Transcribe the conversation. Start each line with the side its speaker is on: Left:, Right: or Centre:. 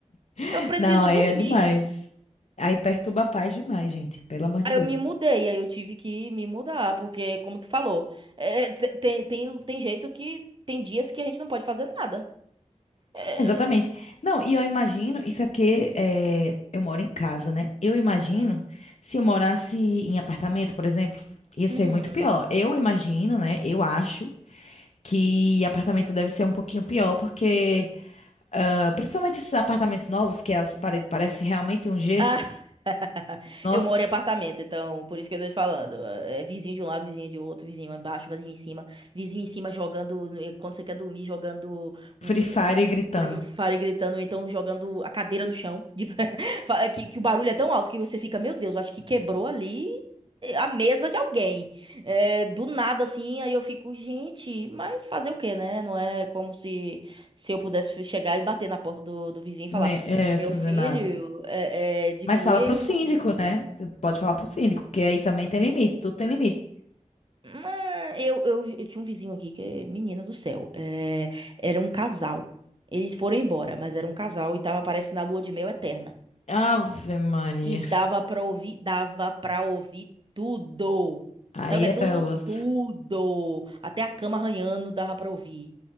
Left: <laughs>
Right: eu preciso
Left: Não, aí
Right: dormir.
Left: é demais. Aí perturba a paz demais, gente. Pelo amor de
Right: Aí
Left: Deus.
Right: eu me mudei, aí eu tive que me mudar, porque, como tu falou, é, é, te- tem, tem, tem jeito que tem dias que a gente não pode fazer nada. É,
Left: Exatamente. Não, e eu imagino, isso é porque eh, eu moro em casa, né? Eu imagino,
Right: uhum.
Left: se eu morasse em apartamento, por exemplo, ia ser
Right: Hum.
Left: muito pior. Eu imagino, né? Eu acho que apartamento deve ser um pouquinho pior, porque ah, principalmente esses apartamentos novos, que as paredes parecem realmente um gesso.
Right: Ah, <laughs>
Left: Nossa,
Right: eu moro em apartamento, então por isso que eu tô te falando. É vizinho de um lado, vizinho de outro, vizinho embaixo, vizinho em cima, vizinho em cima jogando, no- quando você quer dormir, jogando
Left: Free
Right: um, um,
Left: Fire gritando,
Right: um- fale gritando, ou então jogando a cadeira no chão, de- <laughs> pa- que, que o barulho é tão alto que você fica, meu Deus, acho que quebrou ali eh, a mesa de alguém. É, do nada assim, aí eu fico, gente, mas fazer o quê, né? Não é como se se eu pudesse chegar e bater na porta do, do vizinho e falar
Left: né? É,
Right: meu
Left: fazendo
Right: filho,
Left: nada.
Right: é, é, diminui
Left: Mas fala pro
Right: aí um
Left: síndico,
Right: pouquinho.
Left: né? Você pode falar pro síndico, porque aí também tem limite, tudo tem limite.
Right: Mas eu, eu, eu tinha um vizinho aqui que é menina do céu. É, era um casal. Eles foram embora, mas era um casal e tava parecendo a lua de mel eterna.
Left: Ave Maria.
Right: E dava pra ouvir, dava pra ouvir tudo.
Left: Aí
Right: Sabe o que é tudo?
Left: é osso.
Right: Tudo. Até a cama arranhando dava pra ouvir.